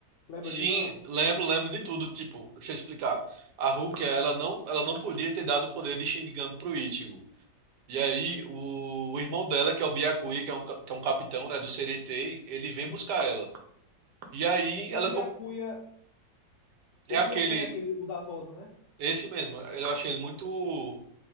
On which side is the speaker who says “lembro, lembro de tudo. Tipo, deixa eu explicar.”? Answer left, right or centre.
Right